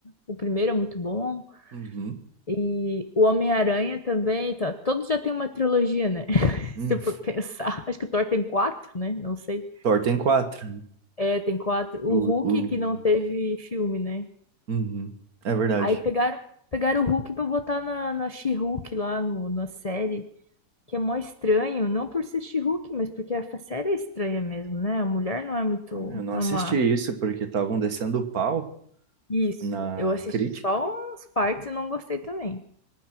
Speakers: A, on the left; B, on the right.
A: O primeiro é muito bom.
B: Uhum.
A: E o Homem-Aranha também, tá, todos já tem uma trilogia, né? <laughs>
B: Uhum.
A: Se eu for pensar, acho que o Thor tem quatro, né? Não sei.
B: Thor tem quatro,
A: É, tem quatro. O
B: o,
A: Hulk
B: o...
A: que não teve filme, né?
B: Uhum. é verdade.
A: Aí pegaram, pegaram o Hulk pra botar na, na She-Hulk lá no, na série, que é mó estranho, não por ser She-Hulk, mas porque a série é estranha mesmo, né? A mulher não é muito,
B: Ah, Eu não
A: não
B: assisti
A: é uma...
B: isso porque estavam descendo o pau
A: Isso,
B: na
A: eu assisti
B: crítica.
A: só umas partes e não gostei também.